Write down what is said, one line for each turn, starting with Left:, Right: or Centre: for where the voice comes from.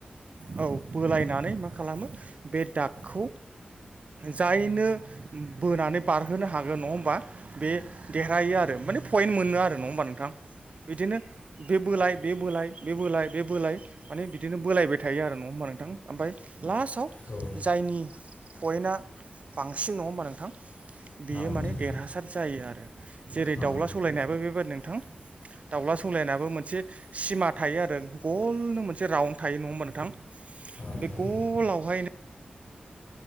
Right: औ बोलायनानै मा खालामो बे दागखौ जायनो बोनानै बारहोनो हागोन नङा होमबा बे देरहायो आरो माने पइेन्ट मोनो आरो नङा होमबा नोंथां बिदिनो बे बोलाय बे बोलाय बे बोलाय बे बोलाय माने बिदिनो बोलायबाय थायो आरो नङा होमबा नोंथां ओमफ्राय लास्टाव
Left: औ औ
Right: जायनि पइेन्टआ बांसिन नङा होमबा नोंथां बेयो
Left: नोंथां
Right: माने देरहासार जायो आरो जेरै
Left: औ
Right: दाउला सालायनायाबो बेबादि नोंथां दाउला सौलायनाबो मोनसे सिमा थायो आरो गलनो मोनसे राउन्ड थायो नङा होमबा नोंथां
Left: नोंथां
Right: बे गलावहायनो